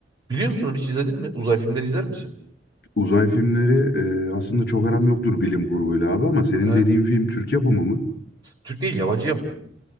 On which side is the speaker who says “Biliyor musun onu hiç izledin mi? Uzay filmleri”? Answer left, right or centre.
Right